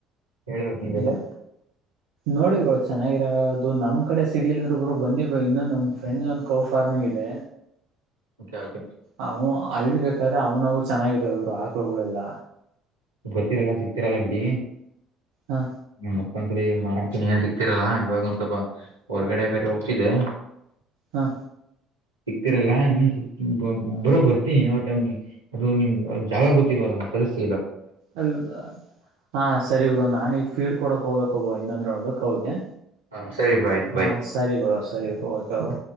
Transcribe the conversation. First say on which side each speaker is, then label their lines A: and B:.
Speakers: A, on the right; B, on the right.
A: ಹೇಳ್ಬೇಕು ನೀವೆಲ್ಲಾ
B: ಬೇರೆ ನೋಡಿ ಬ್ರೋ ಚೆನ್ನಾಗಿರ ಅದು ನಮ್ ಕಡೆ ಸಿಗ್ಲಲ್ಿದರು ಬನ್ನಿ ಬ್ರೋ ಬರು ಇನ್ನ ನಮ್ ಫ್ರಂಡ್ ಒಂದ್ ಕೌಫ ಾರ್್ಮಿಂಗ್ ಇದೆ
A: ಕೆ ಓಕೆ
B: ಅವ ಅಲ್ಲಿ ಬೇಕಾದ್ರೆ ಅವ್ನವು ಚೆನ್ನಾಗಿದಾವ ಇಬ್ರು ಆಕ್ಳಗಳಗಳುಲ್ಲ
A: ಗೊತ್ತರಲ್ಲ ಸಿಗ್ತಿರಲ್ಲ ಬಿಡಿ
B: ಹ
A: ಮತ್ತೊ ರಿ ಮಾಡ್ತೀನಿ ಏನ್ ಸಿಕ್ತಿರಲ್ಲ ಇವಾಗ ಒಂದ ಸ್ವಲ್ಪ ಹೊರ್ಗಡೆ ಬೇರೆ ಹೋಗ್ತಿದ್ದೆ
B: ಹಾ
A: ಸಿಕ್ತಿರಲ್ಲ ಇನ್ನು ಸಿ ಬರ ಬರ್ತಿ ಯಾವ ಟೈಮ್ ಅದು ನಿಮ್ ಜಾಗ ಗೊತ್ತಿಿಲ್ಲ ದವ್ಲ ಕಳಸ
B: ಅಲ್ಲ ಹ ಸರಿ ಬರು ನಾ ಈಗ ಫೀಡ್ ಕೊಡಕ್ ಹೋಗಬೇಕಬ್ಬೋ ಇನ್ನೊಂದ್ ರೌಂಡ್ ಕ ಅವಗೆ
A: ಹಾ ಸರಿ ಬ್ರೋ ಆಯ್ತು ಬಾಯ್.
B: ಹಾ ಸರಿ ಬ್ರೋ ಸರಿ ಬ ಓಕೆರು